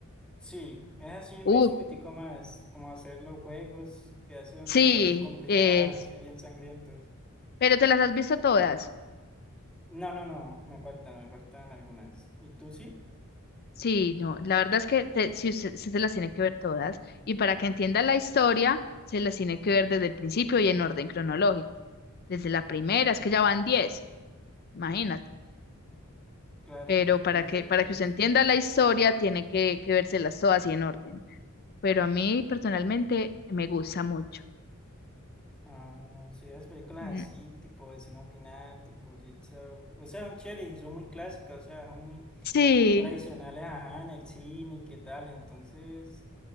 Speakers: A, in the centre; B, on the left.
A: Sí, eso sí me
B: Uh,
A: hizo un pitico más, como hacer los juegos que ya son
B: sí,
A: súper <laughs> complicados,
B: es.
A: así bien sangrientos.
B: Pero te las has visto todas.
A: No, no, no, me faltan, me faltan algunas. ¿Y tú sí?
B: Sí, no, la verdad es que te- si usted, usted se las tiene que ver todas y para que entienda la historia, se las tiene que ver desde el principio y en orden cronológico. Desde la primera, es que ya van diez, imagínate.
A: Claro,
B: pero para
A: uy, ya
B: que, para
A: diez
B: que usted entienda la historia, tiene que, que vérselas todas y en orden. Pero a mí personalmente me gusta mucho.
A: Ah, no sé, las películas
B: Mm,
A: así, tipo Destino Final, tipo Jigsaw, o sea, son chéveres y son muy clásicas, o sea, son muy
B: Sí,
A: tradicionales, ajá, en el cine y qué tal, entonces,